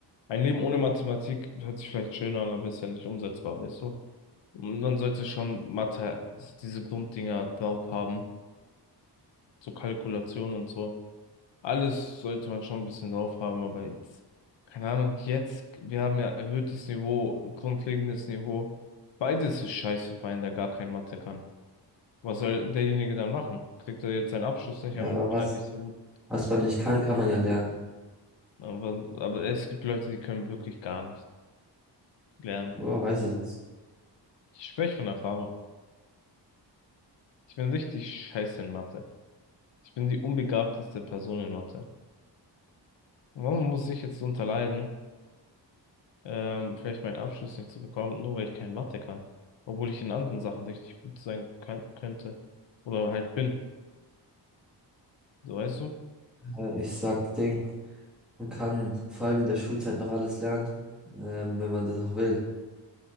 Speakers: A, on the left; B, in the centre.
A: ein Leben ohne Mathematik hört sich vielleicht schön an, aber ist ja nicht umsetzbar, weißt du? Und Man sollte schon Mathe, diese Grunddinger drauf haben, so Kalkulation und so. Alles sollte man schon ein bisschen drauf haben, aber jetzt, keine Ahnung, jetzt, wir haben ja erhöhtes Niveau, grundlegendes Niveau. Beides ist scheiße für einen, der gar kein Mathe kann. Was soll derjenige dann machen? Kriegt er jetzt seinen Abschluss nicht,
B: Ja,
A: aber
B: aber was,
A: nicht so gut
B: was man nicht kann, kann man ja lernen.
A: Aber, aber es gibt Leute, die können wirklich gar nicht lernen.
B: Woher weiß ich das?
A: Ich spreche von Erfahrung. Ich bin richtig scheiße in Mathe. Ich bin die unbegabteste Person in Mathe. Warum muss ich jetzt darunter leiden, ähm, vielleicht meinen Abschluss nicht zu bekommen, nur weil ich kein Mathe kann? Obwohl ich in anderen Sachen richtig gut sein kann, könnte. Oder halt bin. So weißt du?
B: Äh, ich sag, Ding, man kann vor allem in der Schulzeit noch alles lernen, ähm, wenn man das auch will